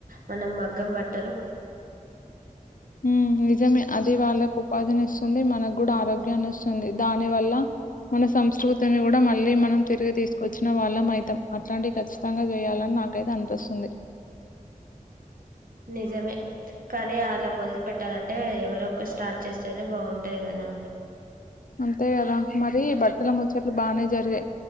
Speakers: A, on the right (about 75°); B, on the left (about 70°).
A: మనం మగ్గం బట్ట
B: హ్మ్మ్ నిజమే అది వాల్లకు ఉపాధిని ఇస్తుంది మనకు కూడా ఆరోగ్యాన్ని ఇస్తుంది దాని వల్ల మన సంస్కృతిని కూడా మళ్ళీ మనం తిరిగి తీసుం వచ్చిన వాళ్ళం మైతం అట్లాంటివి ఖచ్చితంగా చేయాలని నాకు రైట్ అనిపిస్తుంది
A: నిజమే కానీ అలా మొదలు పెట్టాలంటే ఎవరో ఒకరు స్టార్ట్ చేస్తేనే బాగుంటాయి కదా
B: అంతే కదా మరి బట్టల ముచ్చట్లు బాగానే జరిగాయి